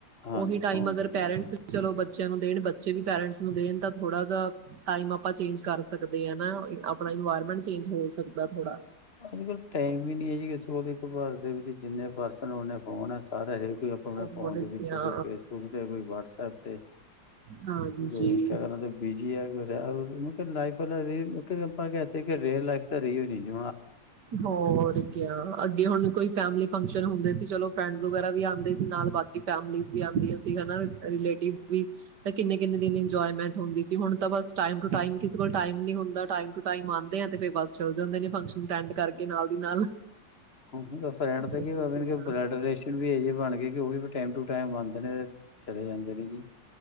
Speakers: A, on the left; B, on the right.
A: ਹਾਂਜੀ
B: ਉਹੀ ਟਾਈਮ
A: ਫੋਨ
B: ਅਗਰ
A: ਤੇ ਬਿਲਕੁਲ।
B: ਪੇਰੈਂਟਸ ਚਲੋ ਬੱਚੇ ਬੱਚਿਆਂ ਨੂੰ ਦੇਣ, ਬੱਚੇ ਵੀ ਪੇਰੈਂਟਸ ਨੂੰ ਦੇਣ ਤਾਂ ਥੋੜਾ ਜਾ ਟਾਈਮ ਆਪਾਂ ਚੇਂਜ ਕਰ ਸਕਦੇ ਆ ਨਾ। ਆਪਣਾ ਇਨਵਾਇਰਮੈਂਟ ਚੇਂਜ ਹੋ ਸਕਦਾ ਥੋੜਾ।
A: ਅੱਜਕਲ ਟਾਈਮ ਵੀ ਨੀ ਹੈ ਜੀ ਕਿਸੇ ਕੋਲ। ਇੱਕ ਘਰ ਦੇ ਵਿੱਚ ਜਿੰਨੇ ਪਰਸਨ ਉਨੇ ਫੋਨ ਹੈ। ਸਾਰੇ ਹਰੇ ਕੋਈ ਆਪਣੇ ਫੋਨ
B: ਹੋਰ
A: ਦੇ ਵਿੱਚ,
B: ਕਿਆ
A: ਕੋਈ ਫੇਸਬੁਕ ਤੇ, ਕੋਈ ਵਟਸਪ ਤੇ,
B: ਹਾਂ ਜੀ
A: ਕੋਈ ਇੰਸਟਾਗ੍ਰਾਮ ਤੇ ਬਿਜੀ ਹੈ। ਕੋ ਲਾਈ ਵਾਲ, ਆਪਾਂ ਕਹਿ ਸਕਦੇ ਹਾਂ ਕਿ ਰੀਅਲ ਲਾਈਫ ਤਾਂ ਰਹੀ ਹੀ ਨਹੀਂ ਜੀ।
B: ਹੋਰ ਕਿਆ। ਅੱਗੇ ਹੁਣ ਕੋਈ ਫੈਮਲੀ ਫੰਕਸ਼ਨ ਹੁੰਦੇ ਸੀ। ਚਲੋ ਫਰੈਂਡਜ ਵਗੈਰਾ ਵੀ ਆਉਂਦੇ ਸੀ ਨਾਲ। ਬਾਕੀ ਫੈਮਲਿਜ਼ ਵੀ ਆਂਦੀਆਂ ਸੀ। ਹਨਾ, ਰਿਲੇਟਿਵ ਵੀ ਤਾਂ ਕਿੰਨੇ-ਕਿੰਨੇ ਦਿਨ ਇੰਜੋਮੈਂਟ ਹੁੰਦੀ ਸੀ ਹੁਣ ਤਾਂ ਬਸ ਟਾਈਮ ਟੂ ਟਾਈਮ, ਕਿਸੇ ਕੋਲ ਟਾਈਮ ਨੀ ਹੁੰਦਾ। ਟਾਈਮ ਟੂ ਟਾਈਮ ਆਂਦੇ ਆ ਤੇ ਫੇਰ ਬਸ ਚਲੇ ਜਾਂਦੇ ਨੇ ਫੰਕਸ਼ਨ ਵਿੱਚ। ਅਟੈਂਡ ਕਰਕੇ, ਨਾਲ ਦੀ ਨਾਲ
A: <unintelligible> ਰਹਿਣ
B: ਹੋਰ
A: ਦਾ ਕੀ
B: ਕਿਆ,
A: ਬਲਡੇਸ਼ਨ ਵੀ ਇਹ ਜੇ ਬਣ ਗਏ ਕਿ ਉਹ ਵੀ ਟਾਈਮ ਟੂ ਟਾਈਮ ਆਂਦੇ ਨੇ ਤੇ ਚਲੇ ਜਾਂਦੇ ਨੇ ਜੀ।